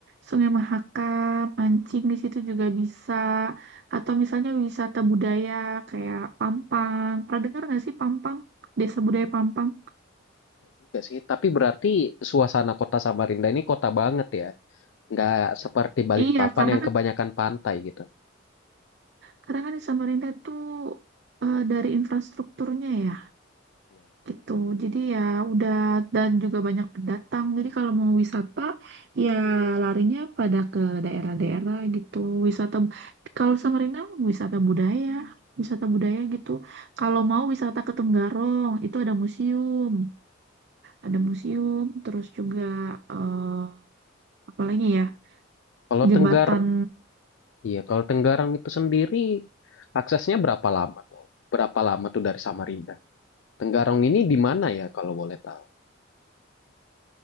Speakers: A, on the right (about 55°); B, on the left (about 70°).
A: Sungai Mahakam, mancing di situ juga bisa. Atau misalnya wisata budaya kayak Pampang. Pernah dengar nggak sih Pampang? Desa budaya Pampang?
B: Juga sih. Tapi berarti suasana kota Samarinda ini kota banget ya. Nggak seperti Balikpapan
A: Iya, karena
B: yang
A: kan
B: kebanyakan pantai gitu.
A: karena kan di Samarinda tuh eh, dari infrastrukturnya ya
B: Iya.
A: gitu. Jadi ya udah dan juga banyak pendatang. Jadi kalau mau wisata ya larinya pada ke daerah-daerah gitu. Wisata kalau Samarinda wisata budaya, wisata budaya gitu. Kalau mau wisata ke Tenggarong itu ada museum, ada museum terus juga eh, apa lagi ya?
B: Kalau
A: Jembatan
B: Tenggar Iya, kalau Tenggarang itu sendiri aksesnya berapa lama tuh? Berapa lama tuh dari Samarinda? Tenggarong ini di mana ya kalau boleh tahu?